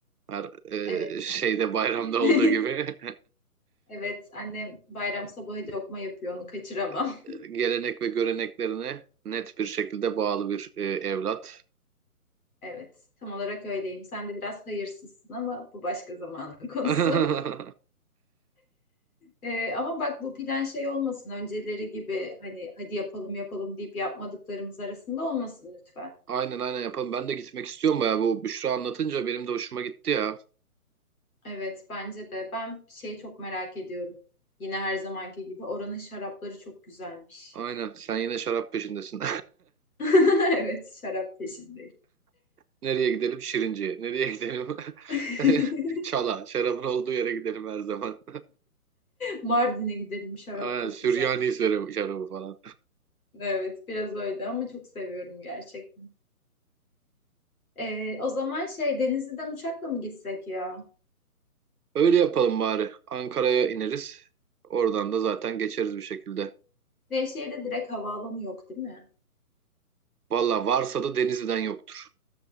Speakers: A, on the right; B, on the left.
A: Her e,
B: Evet.
A: şeyde bayramda
B: <laughs>
A: olduğu gibi
B: Evet, annem bayram sabahı lokma yapıyor, onu kaçıramam.
A: <laughs>
B: <laughs>
A: gelenek ve göreneklerine net bir şekilde bağlı bir e, evlat.
B: Evet, tam olarak öyleyim. Sen de biraz hayırsızsın ama bu başka zamanın konusu.
A: <laughs>
B: Ee, ama bak bu plan şey olmasın önceleri gibi hani hadi yapalım yapalım deyip yapmadıklarımız arasında olmasın lütfen.
A: Aynen aynen yapalım. Ben de gitmek istiyorum bayağı. Bu Büşra anlatınca benim de hoşuma gitti ya.
B: Evet bence de ben şey çok merak ediyorum. Yine her zamanki gibi oranın şarapları çok güzelmiş.
A: Aynen sen yine şarap peşindesin.
B: <laughs> Evet şarap peşindeyim.
A: <laughs> Nereye gidelim? Şirince'ye. Nereye gidelim?
B: <laughs>
A: <laughs> Çala. Şarabın olduğu yere gidelim her zaman.
B: Mardin'e gidelim
A: <laughs>
B: şarap
A: Aynen
B: çok
A: Süryani
B: güzel.
A: şarabı şarabı falan.
B: Evet biraz öyle ama çok seviyorum gerçekten. Ee, o zaman şey Denizli'den uçakla mı gitsek ya?
A: Öyle yapalım bari. Ankara'ya ineriz. Oradan da zaten geçeriz bir şekilde.
B: Nevşehir'de direkt havaalanı yok değil mi?
A: Valla varsa da Denizli'den yoktur.